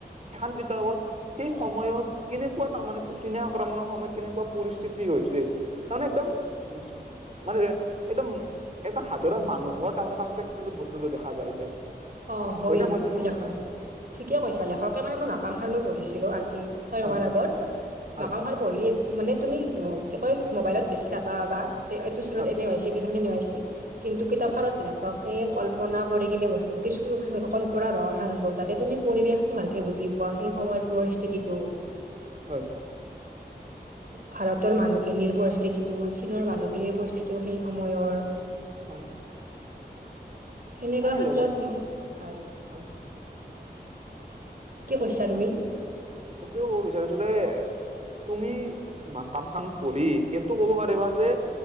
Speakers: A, on the right; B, on the right.
A: সেইখন কিতাপত সেই সময়ত কেনেকুৱা তাৰমানে চীনা আক্ৰমণৰ সময়ত কেনেকুৱা পৰিস্থিতি হৈছিল। তাৰমানে একদম মানে একদম এটা সাধাৰণ মানুহৰ তাৰমানে পাচপেকটিভ বস্তুটো দেখা যায় যে
B: অ' হয়
A: ন মই ঠিকে কৈছো
B: লেখ
A: নাই
B: ঠিকে কৈছা, লেখকে মানে মই মাকামখান মই পঢ়িছিলো আজি। ছয়
A: হয়
B: মাহ মান আগত,
A: হয়
B: মাকাম পঢ়ি মানে তুমি কি কয় মোবাইলত বেছি ডাটা পাবি যে এইটো চনত
A: হয়
B: এনে হৈছিল। <unintelligible> কিন্তু কিতাপখনত
A: হয়
B: লেখকে কল্পনা কৰি কিনে বস্তু কিছু কল্পৰাৰ ৰহন সানি, যাতে তুমি পৰিৱেশটো ভালকে বুজি পোৱা সেই সময়ৰ পৰিস্থিতিটো
A: হয়।
B: ভাৰতৰ মানুহখিনিৰ পৰিস্থিতিটো, চীনৰ মানুহখিনিৰ পৰিস্থিতিও সেই সময়ৰ
A: হয়।
B: সেনেকুৱা
A: মানে
B: ক্ষেত্ৰত
A: লগত
B: মোৰ ভাল
A: হয়
B: কি
A: মানে
B: কৈছা তুমি
A: এইটো ক'ব বিচাৰিছো যে তুমি মাকাম খান পঢ়ি এইটো ক'ব পাৰিবা যে-'